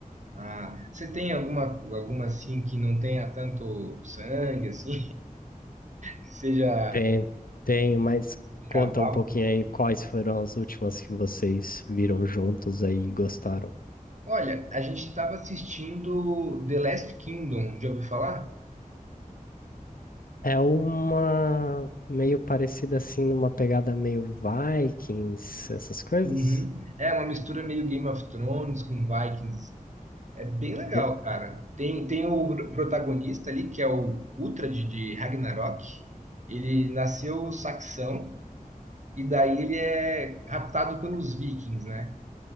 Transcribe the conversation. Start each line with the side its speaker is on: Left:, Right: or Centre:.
Right: Ah, você tem alguma, alguma, assim, que não tenha tanto sangue, assim? que seja
Left: Tem, tem, mas
Right: um
Left: conta
Right: casal.
Left: um pouquinho aí quais foram as últimas que vocês viram juntos aí e gostaram.
Right: Olha, a gente estava assistindo The Last Kingdom, já ouviu falar?
Left: É uma meio parecida assim, numa pegada meio Vikings, essas coisas?
Right: Uhum. É uma mistura meio Game of Thrones com Vikings. É bem legal,
Left: Eu-
Right: cara. Tem, tem o protagonista ali, que é o Uhtred de Ragnarok. Ele nasceu saxão e daí ele é raptado pelos vikings, né?